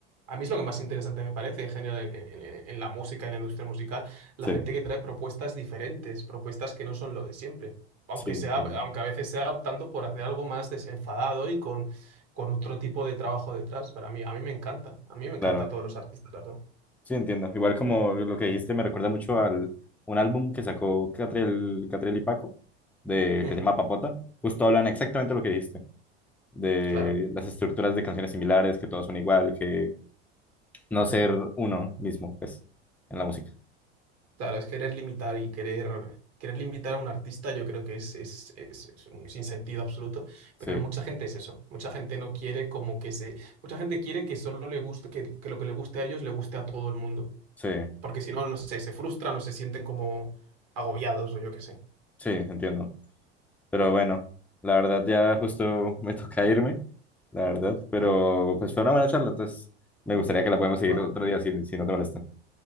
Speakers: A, on the right; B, in the centre.
A: A mí es lo que más interesante me parece en general en, en- en la música, en la industria musical, la
B: Sí,
A: gente que trae propuestas diferentes, propuestas que no son lo de siempre. Aunque
B: sí,
A: sea,
B: claro.
A: aunque a veces sea optando por hacer algo más desenfadado y con, con otro tipo de trabajo detrás. Pero a mí, a mí me encanta. A mí me encanta
B: Claro,
A: a todos los artistas, la verdad.
B: sí, entiendo. Igual como lo que dijiste me recuerda mucho al un álbum que sacó Catriel, Catriel y Paco, de,
A: Mm,
B: que se llama Papota. Justo hablan exactamente lo que dijiste, de
A: claro.
B: las estructuras de canciones similares, que todas son igual, que no ser uno mismo, pues, en la música.
A: Claro, es querer limitar y querer, querer limitar a un artista, yo creo que es, es, es, es un sinsentido absoluto,
B: Sí,
A: pero mucha gente es eso, mucha gente no quiere como que se, mucha gente quiere que solo le guste, que, que lo que le guste a ellos le guste a todo el mundo,
B: sí,
A: porque si no, no sé, se frustran o se sienten como agobiados o yo qué sé.
B: sí, entiendo. Pero bueno, la verdad ya justo me <laughs> toca irme, la verdad. Pero
A: Bueno,
B: pues fue una buena charla, entonces me gustaría que la podamos
A: igual,
B: seguir otro día si, si no te molesta.